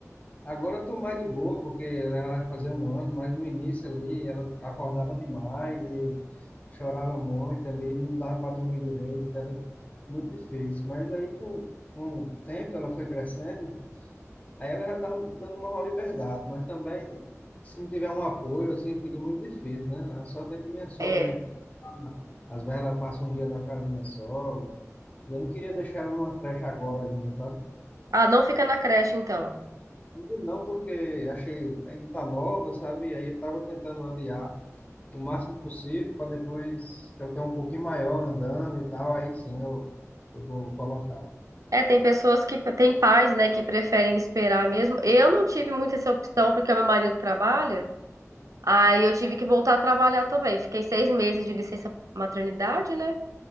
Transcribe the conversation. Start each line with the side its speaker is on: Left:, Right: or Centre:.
Left: Agora eu tô mais de boa, porque ela vai fazer um ano, mas no início ali ela acordava demais e chorava muito ali, não dava para dormir direito, era muito difícil. Mas aí com, com o tempo ela foi crescendo Aí ela já tá dando uma maior liberdade, mas também, se não tiver um apoio, assim, fica muito difícil, né? A sorte é que minha sogra
Right: É.
Left: vem. Às vezes ela passa um dia na casa da minha sogra. E eu não queria deixar ela numa creche agora ainda, sabe?
Right: Ah, não fica na creche, então.
Left: Ainda não, porque achei, ainda tá nova, sabe? E aí eu tava tentando adiar o máximo possível para depois que ela tenha um pouquinho maior andando e tal, aí sim eu, eu vou colocar.
Right: É, tem pessoas que tem pais, né, que preferem esperar mesmo. Eu não tive muito essa opção porque meu marido trabalha. Aí eu tive que voltar a trabalhar também. Fiquei seis meses de licença maternidade, né?